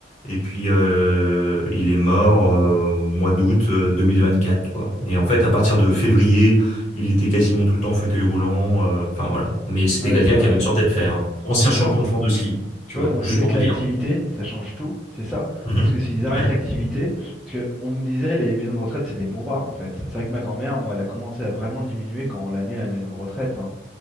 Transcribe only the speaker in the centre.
Ouais,
c'est vrai.
Bah, c'est
ça.
Tu
vois, on
disait
que
l'activité,
ça change tout, c'est ça?
Parce que s'ils arrêtent
l'activité, parce que on nous disait les maisons de retraite, c'est des mouroirs en fait. C'est vrai que ma grand-mère, moi, elle a commencé à vraiment diminuer quand on l'a mis à la maison de retraite. hein.